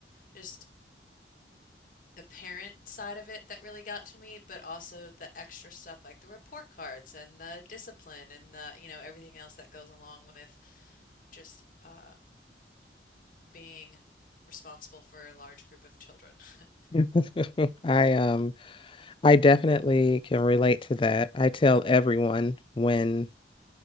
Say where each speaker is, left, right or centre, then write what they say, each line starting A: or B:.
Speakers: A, on the left (about 45°); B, on the left (about 30°).
A: just the parent side of it that really got to me, but also the extra stuff like the report cards and the discipline and the, you know, everything else that goes along with just uh, being responsible for a large group of children. <laughs>
B: <laughs> I um I definitely can relate to that. I tell everyone when